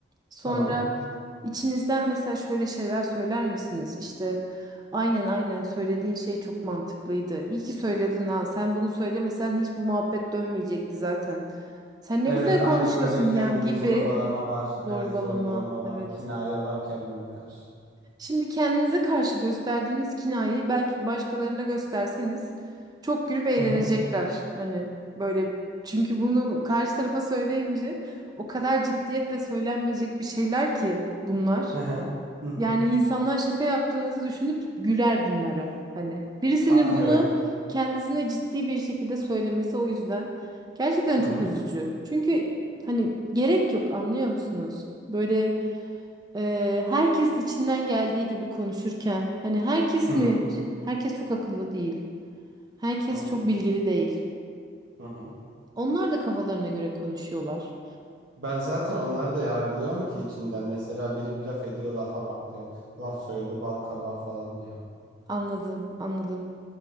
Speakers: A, on the right; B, on the right.
A: Sonra
B: Tamam.
A: içinizden mesela şöyle şeyler söyler misiniz? İşte aynen aynen söylediğin şey çok mantıklıydı. İyi ki söyledin ha. Sen bunu söylemesen hiç bu muhabbet dönmeyecekti zaten. Sen ne
B: Evet
A: güzel
B: aynı
A: konuşuyorsun
B: böyle kendimi
A: ya gibi
B: zorbalama var.
A: zorbalama.
B: Evet zorbalama
A: Evet.
B: var. Kinaye var kendime karşı.
A: Şimdi kendinize karşı gösterdiğiniz kinayeyi belki başkalarına gösterseniz çok gülüp eğlenecekler.
B: Hı hı.
A: Hani böyle çünkü bunu karşı tarafa söyleyince o kadar ciddiyetle söylenmeyecek bir şeyler ki bunlar.
B: Hı hı. Hı hı.
A: Yani insanlar şaka yaptığınızı düşünüp güler bunlara. Hani birisinin
B: Aa,
A: bunu
B: evet.
A: kendisine ciddi bir şekilde söylemesi o yüzden gerçekten
B: Hı
A: çok
B: hı.
A: üzücü. Çünkü hani gerek yok anlıyor musunuz? Böyle e, herkes içinden geldiği gibi konuşurken hani herkes
B: Hı hı.
A: mi? Herkes çok akıllı değil. Herkes
B: Hı hı.
A: çok bilgili değil.
B: Hı hı.
A: Onlar da kafalarına göre konuşuyorlar.
B: Ben zaten onları da yargılıyorum ki içimden. Mesela biri bir laf ediyor lafa bak diyorum. Laf söyledi bal kabağı falan diyor.
A: Anladım, anladım.